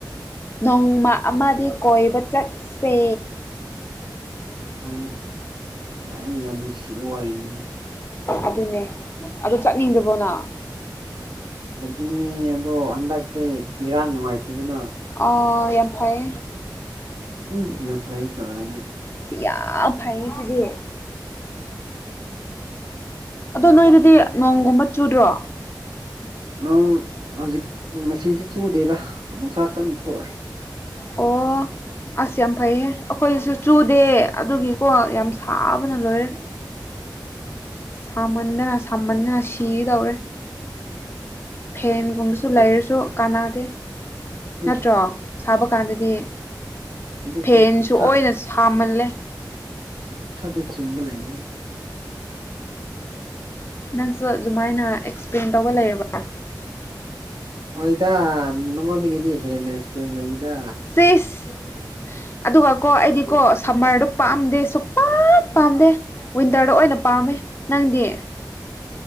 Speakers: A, on the left (about 30°); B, on the right (about 75°).
A: ꯅꯣꯡꯃ ꯑꯃꯗꯤ ꯀꯣꯏꯕ ꯆꯠꯁꯦ
B: ꯍꯣꯏꯅꯦ ꯌꯥꯅꯤ ꯌꯥꯝ ꯅꯨꯡꯁꯤꯕ ꯋꯥꯔꯤꯅꯤꯅꯦ
A: ꯑꯗꯨꯅꯦ ꯑꯗꯨ ꯆꯠꯅꯤꯡꯗ꯭ꯔꯕꯣꯅ
B: ꯆꯠꯅꯤꯡꯉꯤ ꯑꯗꯣ ꯍꯟꯗꯛꯁꯦ ꯏꯔꯥꯡ ꯅꯨꯡꯉꯥꯏꯇꯦꯗꯅ
A: ꯑꫭ ꯌꯥꯝ ꯐꯩ
B: ꯎꯝ ꯌꯥꯝ ꯐꯩ ꯀꯥꯏꯅ
A: ꯌꯥꯝ ꯐꯩꯁꯤꯗꯤ ꯑꯗꯣ ꯅꯣꯏꯗꯨꯗꯤ ꯅꯣꯡꯒꯨꯝꯕ ꯆꯨꯗ꯭ꯔꯣ
B: ꯅꯣꯡ ꯍꯧꯖꯤꯛ ꯉꯁꯤꯗꯤ ꯆꯨꯗꯦꯗ ꯅꯨꯡꯁꯥ ꯀꯟꯅ ꯊꯣꯛꯑꯦ
A: ꯑꯣ ꯑꯁ ꯌꯥꯝ ꯐꯩꯌꯦ ꯑꯩꯈꯣꯏꯁꯨ ꯆꯨꯗꯦ ꯑꯗꯨꯒꯤꯀꯣ ꯌꯥꯝ ꯁꯥꯕꯅ ꯂꯣꯏꯔꯦ ꯁꯥꯝꯃꯟꯗꯅ ꯁꯥꯝꯃꯟꯗꯅ ꯁꯤ ꯇꯧꯔꯦ ꯐꯦꯟꯒꯨꯝꯕꯁꯨ ꯂꯩꯔꯁꯨ ꯀꯥꯟꯅꯥꯗꯦ
B: ꯑꯦ
A: ꯅꯠꯇ꯭ꯔꯣ ꯁꯥꯕ ꯀꯥꯟꯗꯗꯤ
B: ꯑꯗꯨꯁꯨ
A: ꯐꯦꯟꯁꯨ
B: ꯈꯔ
A: ꯑꯣꯏꯅ ꯍꯥꯃꯜꯂꯦ
B: ꯈꯔꯗꯤ ꯆꯨꯝꯕ ꯂꯩꯕꯅꯦ
A: ꯅꯪꯁꯨ ꯑꯗꯨꯃꯥꯏꯅ ꯑꯦꯛꯁꯄ꯭ꯂꯦꯟ ꯇꯧꯕ ꯂꯩꯔꯕ꯭ꯔꯥ
B: ꯍꯣꯏꯗ ꯅꯪꯉꯣꯟꯗꯒꯤꯗꯤ ꯍꯦꯟꯅ ꯑꯦꯛꯁꯄꯔꯦꯟꯁ ꯂꯩꯌꯦꯗ
A: ꯁꯤꯁ ꯑꯗꯨꯒ ꯀꯣ ꯑꯩꯗꯤꯀꯣ ꯁꯝꯃꯔꯗꯨ ꯄꯥꯝꯗꯦ ꯁꯨꯄꯞ ꯄꯥꯝꯗꯦ ꯋꯤꯟꯇꯔꯗ ꯑꯣꯏꯅ ꯄꯥꯝꯃꯦ ꯅꯪꯗꯤ